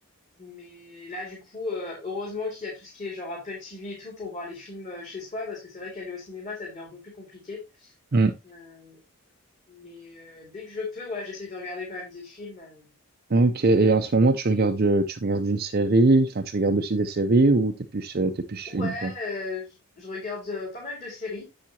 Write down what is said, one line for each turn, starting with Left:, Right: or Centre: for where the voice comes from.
Left: mais là, du coup, euh, heureusement qu'il y a tout ce qui est genre Apple TV et tout pour voir les films euh, chez soi, parce que c'est vrai qu'aller au cinéma, ça devient un peu plus compliqué.
Right: Mm.
Left: Euh, mais euh, dès que je peux, ouais, j'essaye de regarder quand même des films. euh.
Right: Ok. Et en ce moment, tu regardes, euh, tu regardes une série, enfin, tu regardes aussi des séries ou t'es plus, euh, t'es plus film,
Left: Ouais,
Right: toi?
Left: euh, je je regarde euh, pas mal de séries.